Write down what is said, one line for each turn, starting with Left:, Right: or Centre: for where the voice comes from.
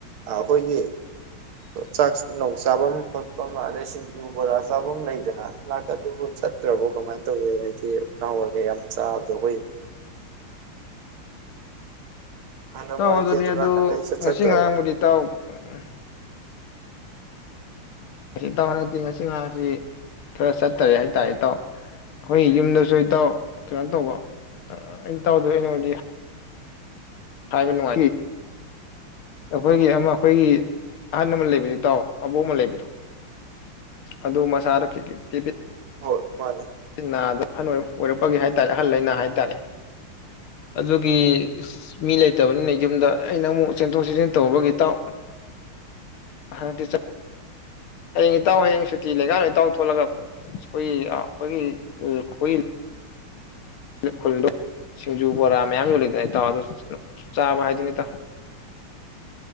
Right: ꯑ ꯑꯩꯈꯣꯏꯒꯤ ꯆꯥꯛꯅꯧ ꯆꯥꯐꯝ ꯈꯣꯠꯄ ꯑꯗꯩꯁꯤꯡ ꯕꯣꯔꯥ ꯆꯥꯕꯝ ꯂꯩꯗꯅ ꯂꯥꯛ ꯑꯗꯨꯕꯨ ꯆꯠꯇ꯭ꯔꯕꯣ ꯀꯃꯥꯏꯅ ꯇꯧ ꯅꯍꯥꯋꯥꯏꯒ ꯌꯥꯝ ꯆꯥꯕꯗꯣ ꯑꯩꯈꯣꯏ ꯍꯟꯗꯛ
Left: ꯇꯥꯎ
Right: ꯃꯔꯛꯇꯤ
Left: ꯑꯗꯨꯅꯦ
Right: ꯑꯗꯨꯝ
Left: ꯑꯗꯨ
Right: ꯅꯥꯀꯟꯗ ꯏꯆꯠ
Left: ꯉꯁꯤ
Right: ꯆꯠꯇ꯭ꯔꯕꯣ
Left: ꯉꯔꯥꯡꯕꯨꯗꯤ ꯇꯥꯎ ꯎꯝ ꯏꯇꯥꯎ ꯍꯟꯗꯛꯇꯤ ꯉꯁꯤ ꯉꯔꯥꯡꯁꯤ ꯈꯔ ꯆꯠꯇꯔꯦ ꯍꯥꯏꯇꯥꯔꯦ ꯏꯇꯥꯎ ꯑꯩꯈꯣꯏ ꯌꯨꯝꯗꯁꯨ ꯏꯇꯥꯎ ꯀꯩꯅꯣ ꯇꯧꯕ ꯑꯩ ꯏꯇꯥꯎꯗꯧꯅꯗꯤ ꯍꯥꯏꯕꯅꯨꯡ ꯑꯩꯈꯣꯏꯒꯤ ꯑꯃ ꯑꯩꯈꯣꯏꯒꯤ ꯑꯍꯜꯃꯟ ꯂꯩꯕꯗꯤ ꯇꯥꯎ ꯑꯕꯣꯛ ꯑꯃ ꯂꯩꯕꯗꯣ ꯑꯗꯨ ꯃꯁꯥꯗꯣ ꯈꯤꯈꯤ ꯄꯤꯠ
Right: ꯍꯣꯏ ꯃꯥꯅꯦ
Left: ꯅꯥꯗꯣ ꯑꯍꯜ ꯑꯣꯏꯔꯛꯄꯒꯤ ꯍꯥꯏꯇꯥꯔꯦ ꯑꯍꯜ ꯂꯩꯅꯥ ꯍꯥꯏꯇꯥꯔꯦ ꯑꯗꯨꯒꯤ ꯃꯤ ꯂꯩꯇꯕꯅꯤꯅ ꯌꯨꯝꯗ ꯑꯩꯅ ꯑꯃꯨꯛ ꯆꯦꯟꯊꯣꯛ ꯆꯦꯟꯁꯤꯟ ꯇꯧꯕ ꯏꯇꯥꯎ ꯍꯗꯛꯇꯤ ꯆꯥ ꯍꯌꯦꯡ ꯏꯇꯥꯎ ꯍꯌꯦꯡ ꯁꯨꯇꯤ ꯂꯩꯀꯥꯟ ꯏꯇꯥꯎ ꯊꯣꯛꯂꯒ ꯑꯩꯈꯣꯏ ꯑꯩꯈꯣꯏꯒꯤ ꯑꯩꯈ ꯈꯨꯜꯗꯣ ꯁꯤꯡꯖꯨ ꯕꯣꯔꯥ ꯃꯌꯥꯝ ꯌꯣꯜꯂꯤꯗꯅꯇꯥꯎ ꯑ ꯆꯥꯕ ꯍꯥꯏꯗꯨꯅꯤꯇꯥꯎ